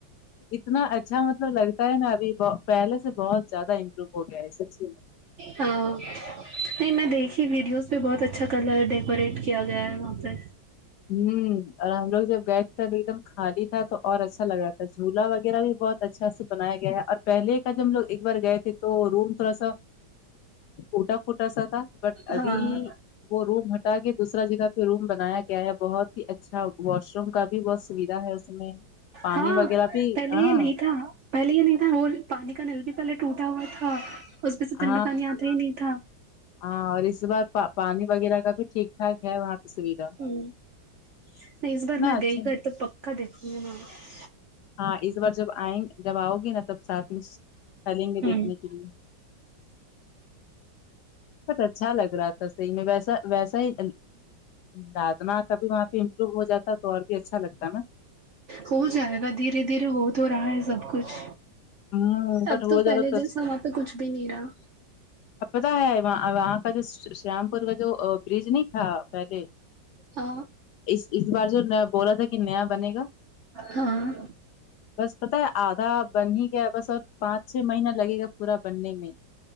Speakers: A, on the left; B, on the right.
A: اتنا اچھا مطلب لگتا ہے نا ابھی پہلے سے بہت زیادہ امپرو ہو گیا ہے سب چیز
B: ہاں نہیں میں دیکھی ویڈیوز پہ بہت اچھا کلر ڈیکوریٹ کیا گیا ہے وہاں پہ
A: ہوں اور ہم لوگ جب گئے تھے تب ایک دم خالی تھا تو اور اچھا لگا تھا جھولا وغیرہ بھی بہت اچھا سے بنایا گیا ہے اور پہلے کاجو ہم لوگ ایک بار گئے تھے تو روم تھوڑا سا ٹوٹا فوٹا ایسا تھا بٹ ابھی
B: ہاں
A: وہ روم ہٹا کے دوسرا جگہ پہ روم بنایا گ کیا ہے بہت ہی اچھا واش روم کا بھی بہت سویدھا ہے اس میں پانی
B: ہاں
A: وغیرہ بھی
B: پہلے
A: ہاں
B: یہ نہیں تھا پہلے یہ نہیں تھا اور پانی کا نل بھی پہلے ٹوٹا ہوا تھا اس میں سے
A: ہاں
B: ٹھنڈا پانی آتا ہی نہیں تھا
A: ہاں اور اس بار پا پانی وغیرہ کا بھی ٹھیک ٹھاک ہے وہاں پہ سویدھا
B: ہ نہیں اس
A: اتنا
B: بار میں
A: اچھا
B: گئی کر تو پکا دیکھوں گی میں وہاں
A: ہاں اس بار جب آئیں جب آؤ گی نا تب ساتھ میں چلینگے دیکھنے
B: ہ
A: کے لیے بہت اچھا لگ رہا تھا صحیح میں ویسا ویسا ہی دادنا کبھی وہاں پہ امپرو ہو جاتا تو اور بھی اچھا لگتا نا
B: ہو جائے گا دھیرے دھیرے ہو تو رہا ہے سب کچھ
A: ہ بٹ
B: اب تو
A: ہو
B: پہلے
A: جا رہا
B: جیسا وہاں پہ کچھ بھی نہیں رہا
A: اب پتا ہے وہاں وہاں کا جو شام پور کا جو برج نہیں تھا پہلے
B: ہاں
A: اس اس بار جو بولا تھا کہ نیا بنے گا
B: ہاں
A: بس پتا ہے آدھا بن ہی گیا بس اور پانچ چھ مہینہ لگے گا پورا بننے میں